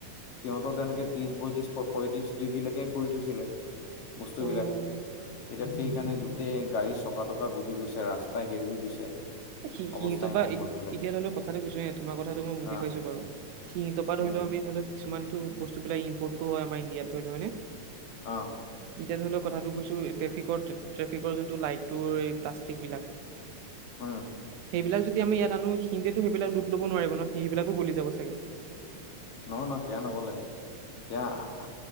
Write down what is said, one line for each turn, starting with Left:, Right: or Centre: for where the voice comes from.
Left: সিহঁতৰ তেনেকে
Right: উম উম।
Left: ত্ৰিশ বয়ত্ৰিশ, প পয়ত্ৰিশ ডিগ্ৰীলৈকে কৰি থৈছিলে। বস্তু
Right: অ
Left: বিলাক এতিয়া সেইকাৰণে গোটেই গাড়ী চকা তক- কা গলি গৈছে। ৰাস্তা হেৰি হৈ গৈছে।
Right: সি সিহঁতপা
Left: অৱস্থাই নাই
Right: ইত
Left: মানুহ বিলাকৰ
Right: ইতিয়া ধৰি লওক কথাটো কৈছোঁ হে তোমাৰ কথাটো মই বুজি
Left: অ
Right: পাইছো বাৰু। সিহঁতৰপা ধৰিল
Left: উম
Right: ল আমি ধৰিলোৱা কিছুমাটো বস্তু বিলাক ইম্পৰ্টো হয় আমাৰ ইণ্ডিয়াত ধৰি লও হ'য় নে?
Left: অ।
Right: এতিয়া ধৰি লওক কথাটো কৈছো, ট্ৰেফিকৰ, ট্ৰে ট্ৰেফিকৰ যোনটো লাইটটোৰ এই প্লাষ্টিক বিলাক
Left: ওম।
Right: সেইবিলাক যদি আমি ইয়াত আনো সিহঁতেটো সেইবিলাক লুট ল'ব নোৱাৰিব ন? সেইবিলাকো গলি যাব চাগে?
Left: নহয়, ন সেয়া নগলে। সেয়া, আ